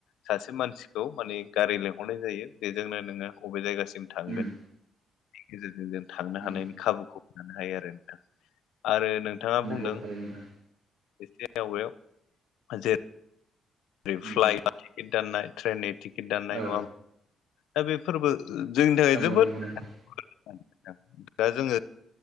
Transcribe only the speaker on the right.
उम
उम
नंगौ
थारैनो नोंथां
उम
औ
नंगौ
नंगौ नोंथां